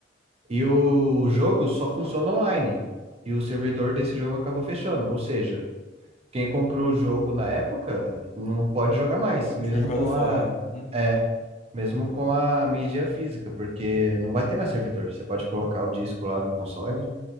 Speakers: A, on the right; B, on the left.
A: E o jogo só funciona online. E o servidor desse jogo acabou fechando, ou seja, quem comprou o jogo na época não pode jogar mais,
B: De
A: mesmo
B: jogado
A: com
B: fora.
A: a,
B: Uhum.
A: é, mesmo com a mídia física, porque não vai ter mais servidor. Você pode colocar o disco lá no console,